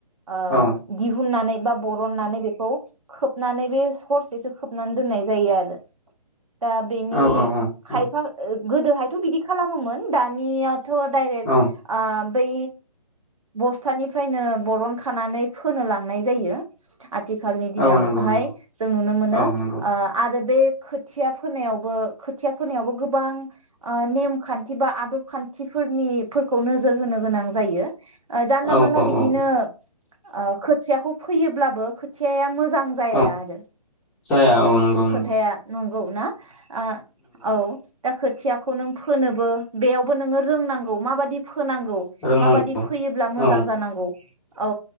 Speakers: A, on the right (about 55°); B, in the centre.
A: ओ
B: औ
A: दिहुननानै बा बरननानै बेखौ खोबनानै बे सं हरसेसो खोबनानै दोननाय जायो आरो। दा बेनि
B: औ औ
A: खायफा ओ। गोदोहायथ बिदि खालामोमोन दानिया थ' दायरेक
B: औ
A: आम बै बस्थानिफ्रायनो बरन खानानै फोनो लांनाय जायो आथिखालनि दिनावहाय
B: औ नंगौ नंगौ
A: जों नुनो मोनो
B: औ नंगौ
A: आ आरो बे खोथिया फोनायावबो खोथिया फोनायावबो गोबां नेम ओ खान्थि बा आदब खान्थिफोरनिफोरखौ नोजोर होनो गोनां जायो जानला
B: औ
A: मानला
B: औ
A: बिदिनो
B: औ
A: ओ खोथियाखौ फोयोब्लाबो खोथियाया मोजां मोजां जाया
B: औ
A: आरो
B: जाया औ नंगौ
A: खोथाया
B: नंगौ
A: नंगौ ना आ औ दा खोथिया खौ नों फोनोबो बेयावबो नोङो रोंनांगौ माबादि फोनांगौ
B: रोंनांगौ
A: माबादि फोयोब्ला मोजां
B: औ
A: जानांगौ औ